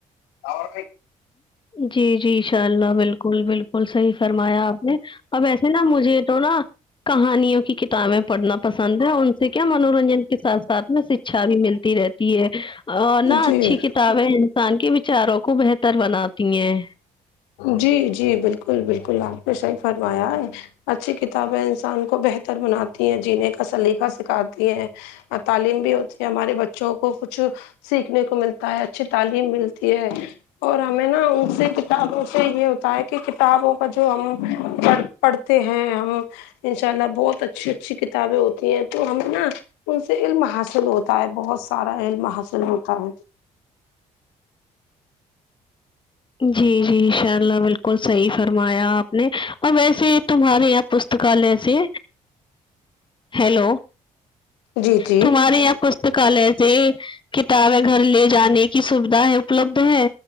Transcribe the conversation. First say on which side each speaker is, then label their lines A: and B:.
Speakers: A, on the left; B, on the left.
A: اور
B: جی جی ان شاء اللہ بالکل بالکل بالکل صحیح فرمایا آپ نے اب ایسے نا مجھے تو نا کہانیوں کی کتابیں پڑھنا پسند ہے ان سے کیا منورنجن کے ساتھ ساتھ میں شکچھا بھی ملتی رہتی ہے اور نہ
A: جی
B: اچھی کتابیں انسان کے وچاروں کو بہتر بناتی ہیں
A: جی جی بالکل بالکل آپ نے صحیح فرمایا ہے اچھی کتابیں انسان کو بہتر بناتی ہیں جینے کا سلیقہ سکھاتی ہیں تعلیم بھی ہوتی ہے ہمارے بچوں کو کچھ سیکھنے کو ملتا ہے اچھی تعلیم ملتی ہے اور ہمیں نا ان سے کتابوں سے یہ ہوتا ہے کہ کتابوں کا جو ہم پڑ پڑھتے ہیں ہم انشاء اللہ بہت اچھی اچھی کتابیں ہوتی ہیں تو ہم نا ان سے علم حاصل ہوتا ہے بہت سارا علم حاصل ہوتا ہے
B: جی جی ان شاء اللہ بالکل صحیح فرمایا آپ نے اور ویسے تمہارے یہاں پستکالسی ہیلو
A: جی جی
B: تمہارے یہاں کچھ تو کال ایسے کتابیں گھر لے جانے کی سویدھا ہے اپلبدھ ہے